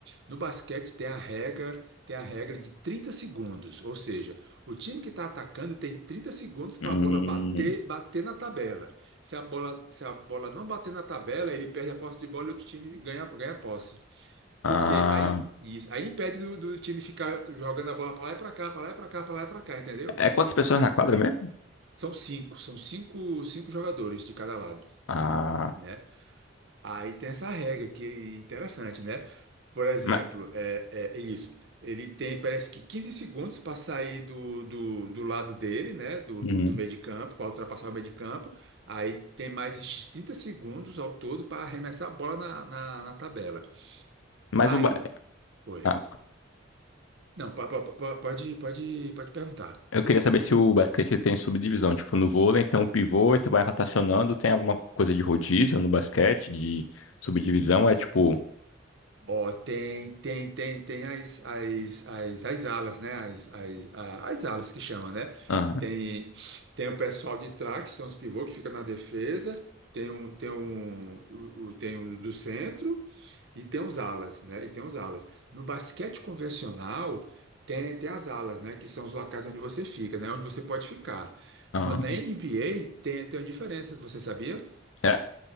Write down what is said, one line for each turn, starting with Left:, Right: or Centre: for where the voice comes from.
Right: No basquete tem a regra, tem a regra de 30 segundos, ou seja, o time que está atacando tem 30 segundos para
Left: Hum,
Right: a bola bater, bater na tabela. Se a bola, se a bola não bater na tabela, ele perde a posse de bola e outro time ganha, ganha a posse.
Left: ah,
Right: porque Aí, isso, aí impede do, do time ficar jogando a bola para lá e para cá, para lá e para cá, para lá e para cá, entendeu?
Left: é quantas pessoas na quadra mesmo?
Right: São cinco, são cinco, cinco jogadores de cada lado
Left: Ah,
Right: né? Aí tem essa regra que é interessante, né? Por exemplo,
Left: ma-
Right: é, é isso. Ele tem, parece que 15 segundos para sair do, do, do lado dele, né? Do,
Left: hum,
Right: do, do meio de campo, para ultrapassar o meio de campo. Aí tem mais esses 30 segundos ao todo para arremessar a bola na, na, na tabela.
Left: mas
Right: Aí,
Left: o. ba-
Right: oi.
Left: Ah,
Right: Não, po- po- po- pode, pode, pode perguntar.
Left: Eu queria saber se o basquete tem subdivisão. Tipo, no vôlei, então, pivô, e tu vai rotacionando. Tem alguma coisa de rodízio no basquete, de subdivisão? É tipo.
Right: Ó, tem, tem, tem, tem as, as, as, as alas, né? As, as, a- as alas que chama, né?
Left: Aham,
Right: Tem, tem o pessoal de trás, que são os pivôs que fica na defesa, tem um, tem um, o- o- tem o do centro e tem os alas, né? E tem os alas. No basquete convencional, tem, tem as alas, né? Que são os locais onde você fica, né? Onde você pode ficar.
Left: aham.
Right: No- na NBA tem, tem uma diferença, você sabia?
Left: É?